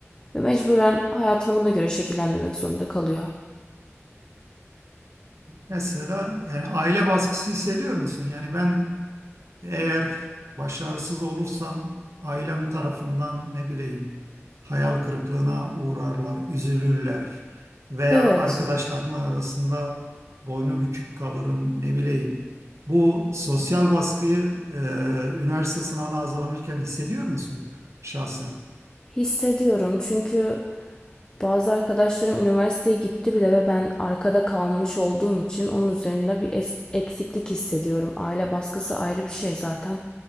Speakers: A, on the left; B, on the right.
A: Ve mecburen hayatını buna göre şekillendirmek zorunda kalıyor.
B: Mesela yani aile baskısı hissediyor musun? Yani ben eğer başarısız olursam ailem tarafından ne bileyim hayal kırıklığına uğrarlar, üzülürler veya
A: Evet,
B: arkadaşlarım arasında boynu bükük kalırım ne bileyim. Bu sosyal baskıyı e, üniversite sınavına hazırlanırken hissediyor musun şahsen?
A: Hissediyorum çünkü bazı arkadaşlarım üniversiteye gitti bile ve ben arkada kalmış olduğum için onun üzerinde bir es- eksiklik hissediyorum. Aile baskısı ayrı bir şey zaten.